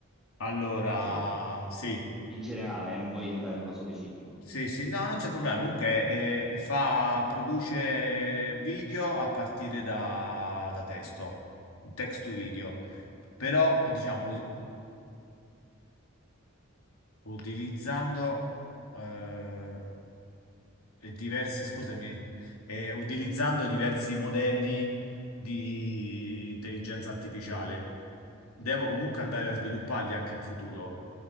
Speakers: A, on the left; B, in the centre.
A: Allora,
B: Cioè,
A: sì.
B: in generale, eh, non voglio entrare nello specifico.
A: Sì, sì, no, non c'è problema. Comunque, eh, fa, produce video a partire da, da testo, text to video. Però, eh, diciamo, us- utilizzando eh, e diversi, scusami, eh, utilizzando diversi modelli di intelligenza artificiale. Devo comunque andare a svilupparli anche in futuro.